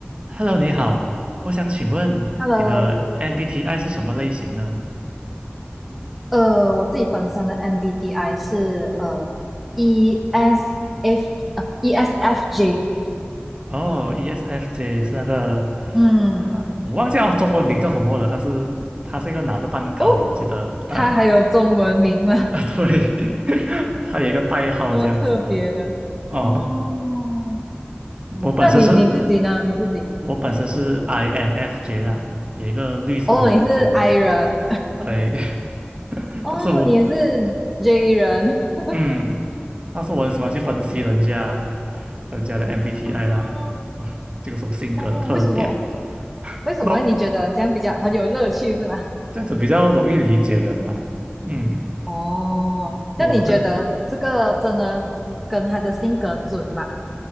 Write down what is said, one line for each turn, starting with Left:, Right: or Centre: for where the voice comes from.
Right: Hello，你好，我想请问你的
Centre: Hello，
Right: MBTI 是什么类型呢？
Centre: 呃，我自己本身的 MBTI 是呃 ESF 呃 ESFJ，
Right: 哦，ESFJ 是那个，
Centre: 嗯，
Right: 啊，我忘记叫中文名叫什么了，但是它是一个拿着蛋糕的，
Centre: 哦，
Right: 我记得啊，
Centre: 它还有中文名吗？
Right: 啊对，<laughs> 它有一个代号这样子的。
Centre: <laughs> 多特别的
Right: 哦，
Centre: 哦。
Right: 我本身是，
Centre: 那你你自己呢？你自己
Right: 我本身是 INFJ 啦，有一个绿色的老头，
Centre: 哦，你是 I 人
Right: 对，<laughs>
Centre: 哦，
Right: 但是我
Centre: 你也是 J 人 <laughs>
Right: 嗯，但是我很喜欢去分析人家人家的 MBTI
Centre: 哦
Right: 啦，<laughs> 啊这个是我性格的特点，
Centre: 哦，为什么为什么你觉得这样比较很有乐趣是吗？
Right: 不懂，这样子比较容易理解人吧。嗯，
Centre: 哦，
Right: 我很
Centre: 那你觉得这个真的跟他的性格准吗？